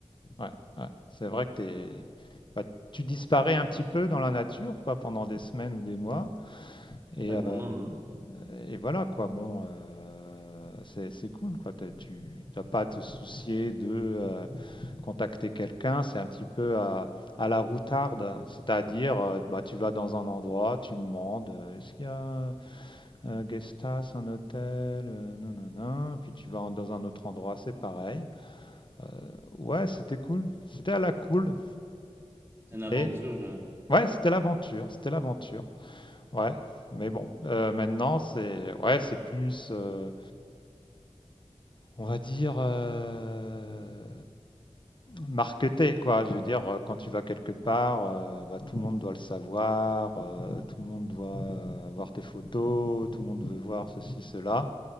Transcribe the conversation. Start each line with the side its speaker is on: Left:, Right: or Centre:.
Left: ouais, ouais. C'est vrai que t'es... bah, tu disparais un petit peu dans la nature, quoi, pendant des semaines ou des mois. Et,
Right: Ouais,
Left: euh,
Right: vraiment, hein.
Left: et voilà quoi, bon, euh, c'est c'est cool quoi. T'as- Tu n'as pas à te soucier de euh, contacter quelqu'un, c'est un petit peu à, à la routarde, hein. c'est-à-dire euh, bah, tu vas dans un endroit, tu demandes euh, est-ce qu'il y a un guest house, un hôtel, euh, non, non, non, puis tu vas en- dans un autre endroit, c'est pareil. Euh, ouais, c'était cool, c'était à la cool.
Right: c'est une aventure,
Left: Et
Right: hein.
Left: ouais, c'était l'aventure, c'était l'aventure. Ouais, mais bon, euh, maintenant c'est ouais, c'est plus euh, on va dire euh, marketé quoi. Je veux dire euh, quand tu vas quelque part, euh, bah, tout le monde doit le savoir, euh, tout le monde doit euh, voir tes photos, tout le monde veut voir ceci cela